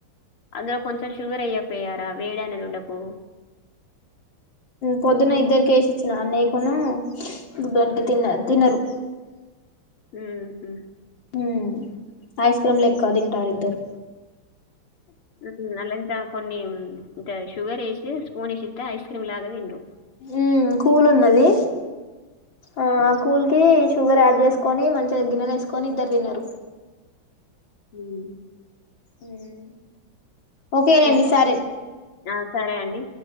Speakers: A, on the left; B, on the left.
A: అందులో కొంచెం షుగర్ అయ్యాకపోయారా వేడాని ఎది ఉండ పో
B: పొద్దున్న ఇద్దరిక వేసిచ్చిన అన్న కొను బుడ్నికి తిన్న తినరు
A: ఉ హమ్
B: హ ఐస్ క్రీమ్ లెక్క తింటారు ఇద్దరు
A: ఉ అలా ఎంత కొన్ని ఇ షుగర్ వేసి స్పూన్ వేసిస్తే ఐస్ క్రీమ్ లాగాండు
B: ఉ కూలు ఉన్నది ఆ ఆ కూల్ కి షుగర్ యాడ్ చేసుకొని మంచిగా గిన్నెలు వేసుకొని ఇద్దరు తిన్నారు
A: హ్మ్.
B: ఉమ్ ఓకేనండి
A: ఓకే.
B: సరేం
A: ఆ! సరే అండి